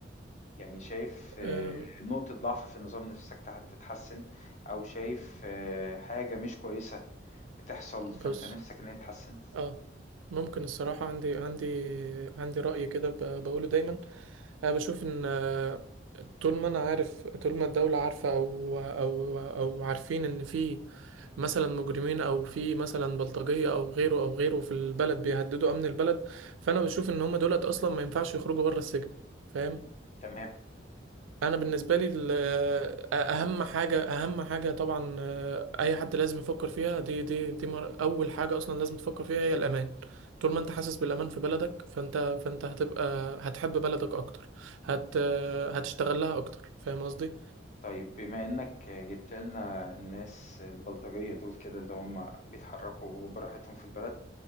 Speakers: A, on the left; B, on the right.
A: يعني شايف آه،
B: آه،
A: نقطة ضعف في النظام نفسك تح- تتحسن أو شايف آه، حاجة مش كويسة بتحصل فأنت
B: بص
A: نفسك إن هي تتحسن
B: اه ممكن الصراحة عندي عندي عندي رأي كده ب- بقوله دايما أنا بشوف إن آه، طول ما أنا عارف طول ما الدولة عارفة أو أو أو عارفين إن في مثلا مجرمين أو في مثلا بلطجية أو غيره أو غيره في البلد بيهددوا أمن البلد فأنا بشوف إن هما دولت أصلا ما ينفعش يخرجوا بره السجن فاهم
A: تمام
B: انا بالنسبه لي ال- اهم حاجه اهم حاجه طبعا آه، اي حد لازم يفكر فيها دي دي دي مر- اول حاجه اصلا لازم تفكر فيها هي الامان طول ما انت حاسس بالامان في بلدك فانت فانت هتبقى هتحب بلدك اكتر هت آه، هتشتغل لها اكتر فاهم قصدي
A: طيب بما إنك آه، جبت لنا الناس البلطجية دول كده اللي هم بيتحركوا براحتهم في البلد